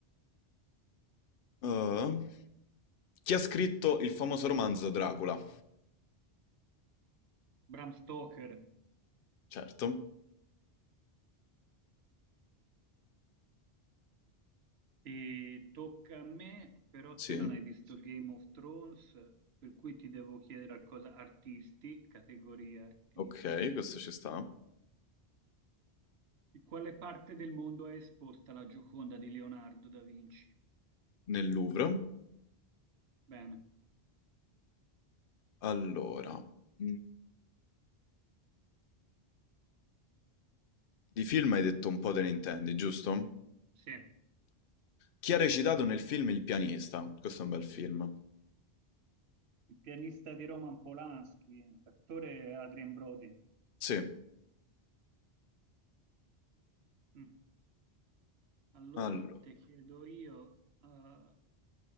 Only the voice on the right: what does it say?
Bram Stoker,
e tocca a me, però
te non hai visto Game of Thrones, per cui ti devo chiedere a cosa artisti, categoria artisti.
In quale parte del mondo è esposta la Gioconda di Leonardo da Vinci?
Bene,
sì. Il
pianista di Roman Polanski, l'attore è Adrien Brody.
Mm. Allora
te chiedo io, eh,